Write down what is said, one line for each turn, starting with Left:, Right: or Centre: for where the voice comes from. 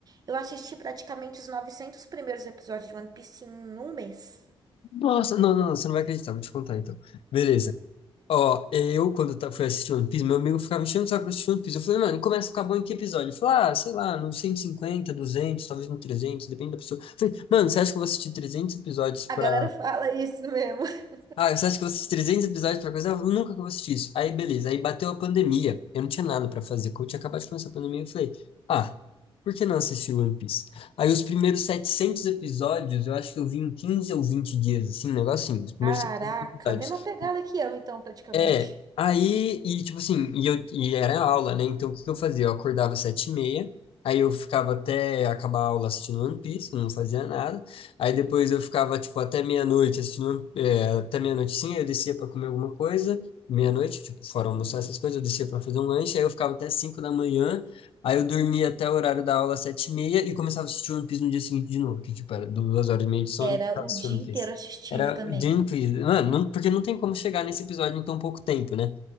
Right: Eu assisti praticamente os 900 primeiros episódios de One Piece em um mês.
Left: Nossa, não, não, não, você não vai acreditar, vou te contar então. Beleza. Ó, eu, quando tá- fui assistir One Piece, meu amigo ficava me enchendo o saco pra assistir One Piece. Eu falei, mano, começa a ficar bom em que episódio? Ele falou, ah, sei lá, no 150 200 talvez no 300 depende da pessoa. Eu falei, mano, você acha que eu vou assistir 300 episódios pra,
Right: A galera fala isso mesmo. <laughs>
Left: Ah, você acha que eu vou assistir 300 episódios pra coisa? Ah, nunca que eu vou assistir isso. Aí, beleza. Aí bateu a pandemia. Eu não tinha nada pra fazer. Quando eu tinha acabado de começar a pandemia, eu falei, ah, por que não assistir One Piece? Aí os primeiros 700 episódios, eu acho que eu vi em 15 ou 20 dias, assim, um negocinho. Os primeiros
Right: Caraca,
Left: 700 episódios.
Right: mesma pegada que eu, então, praticamente.
Left: É, aí, e tipo assim, e, eu, e era aula, né? Então o que que eu fazia? Eu acordava às sete e meia, aí eu ficava até acabar a aula assistindo One Piece, não fazia nada. Aí depois eu ficava, tipo, até meia-noite assistindo, é, até meia-noite sim, aí eu descia pra comer alguma coisa, meia-noite, tipo, fora almoçar essas coisas, eu descia pra fazer um lanche, aí eu ficava até cinco da manhã, aí eu dormia até o horário da aula às sete e meia e começava a assistir One Piece no dia seguinte de novo, que tipo, era duas horas e meia de sono,
Right: Era
Left: eu começava
Right: o
Left: assistindo
Right: dia
Left: assistir
Right: inteiro
Left: One Piece.
Right: assistindo
Left: Era
Right: também.
Left: Gently. Mano, não- porque não tem como chegar nesse episódio em tão pouco tempo, né?